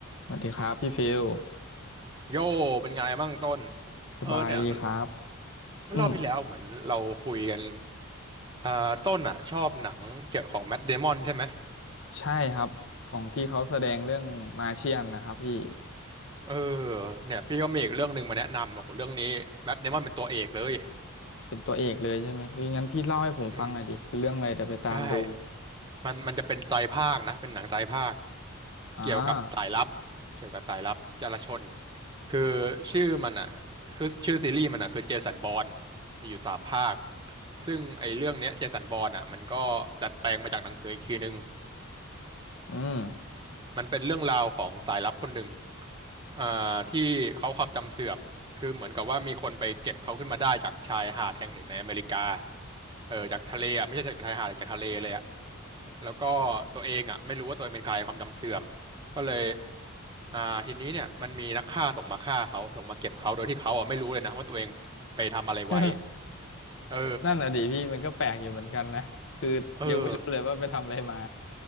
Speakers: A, on the left; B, on the right.
A: สวัสดีครับพี่ฟิล
B: โย่เป็นไงบ้างต้น
A: สบายดีครับ
B: เออเนี่ยเมื่อรอบที่แล้วเหมือนเราคุยกัน
A: อืม
B: อ่าต้นอ่ะชอบหนังเกี่ยวของแมทเดมอนใช่ไหม
A: ใช่ครับของที่เขาแสดงเรื่องมาเชียนนะครับพี่
B: เออเนี่ยพี่ก็มีอีกเรื่องหนึ่งมาแนะนำโอ้โหเรื่องนี้แมทเดมอนเป็นตัวเอกเลย
A: เป็นตัวเอกเลยใช่ไหมเฮ้ยงั้นพี่เล่าให้ผมฟังหน่อยดิคือเรื่องอะไรเดี๋ยวไปตามดู
B: อืม ใช่มันมันจะเป็นไตรภาคนะเป็นหนังไตรภาค
A: อ่า
B: เกี่ยวกับสายลับ เกี่ยวกับสายลับจารชน คือชื่อมันอ่ะคือชื่อซีรีส์มันอ่ะคือเจสันบอร์นมีอยู่สามภาค ซึ่งไอ้เรื่องเนี้ยเจสันบอร์นอ่ะมันก็ดัดแปลงมาจากหนังสืออีกทีนึง
A: อืม
B: มันเป็นเรื่องราวของสายลับคนหนึ่งอ่าที่เขาความจำเสื่อมคือเหมือนกับว่ามีคนไปเก็บเขาขึ้นมาได้จากชายหาดแห่งหนึ่งในอเมริกาเออจากทะเลอ่ะไม่ใช่จากชายหาดจากทะเลเลยอ่ะ แล้วก็ตัวเองอ่ะไม่รู้ว่าตัวเองเป็นใครความจำเสื่อมก็เลยอ่าทีนี้เนี่ยมันมีนักฆ่าส่งมาฆ่าเขาส่งมาเก็บเขาโดยที่เขาอ่ะไม่รู้เลยนะว่าตัวเองไปทำอะไรไว้
A: <laughs>
B: เออ
A: นั่นน่ะดิพี่มันก็แปลกอยู่เหมือนกันนะคือยังไม่รู้เลยว่าไปทำอะไรมา
B: เออ